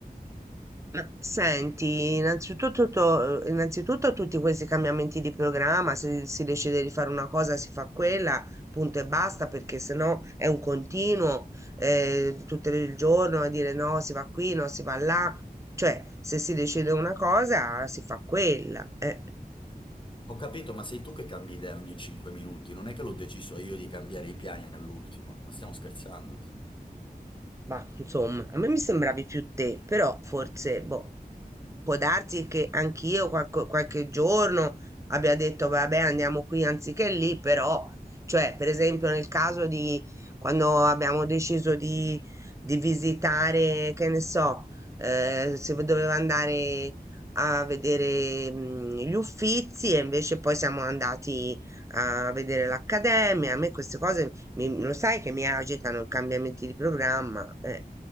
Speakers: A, on the right (about 20°); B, on the left (about 30°).
A: Ma senti, innanzitutto, to- innanzitutto tutti questi cambiamenti di programma, se si decide di fare una cosa si fa quella, punto e basta, perché sennò è un continuo, eh, tutto il giorno a dire no, si va qui, no, si va là. Cioè, se si decide una cosa si fa quella, eh.
B: Ho capito, ma sei tu che cambi idea ogni 5 minuti, non è che l'ho deciso io di cambiare i piani all'ultimo, ma stiamo scherzando.
A: Ma insomma, a me mi sembravi più te, però forse, boh, può darsi che anch'io qualche, qualche giorno abbia detto, vabbè, andiamo qui anziché lì, però, cioè, per esempio, nel caso di quando abbiamo deciso di, di visitare, che ne so, eh, se doveva andare a vedere, mm, gli Uffizi e invece poi siamo andati a vedere l'Accademia, a me queste cose mi- lo sai che mi agitano i cambiamenti di programma? Eh,